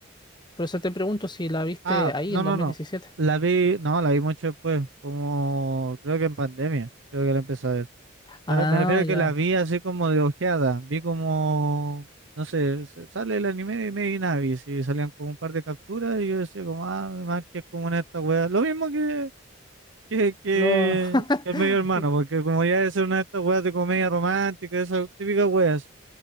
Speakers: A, on the left (about 20°); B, on the right (about 65°).
A: Por eso te pregunto si la viste
B: Ah,
A: ahí
B: no,
A: en
B: no,
A: dos
B: no.
A: mil diecisiete
B: La vi, no, la vi mucho después, como creo que en pandemia, creo que la empecé a ver. Me,
A: Ah,
B: re- me refiero a
A: ya.
B: que las vi así como de ojeada. Vi como, no sé, se- sale el anime de Made in Abyss y salían como un par de capturas y yo decía como, ah, más que es como una de estas weas. Lo mismo que, que, que
A: Lo... <laughs>
B: que el medio hermano, porque como ya es una de estas weas de comedia romántica, esas típicas weas.